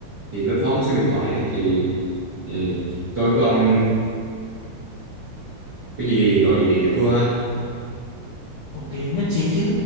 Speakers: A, on the right; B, on the left.
A: thì lớp phó có số điện thoại ấy, thì, thì tôi với ông có gì gọi điện cho cô ha
B: Ok, nhất trí chứ.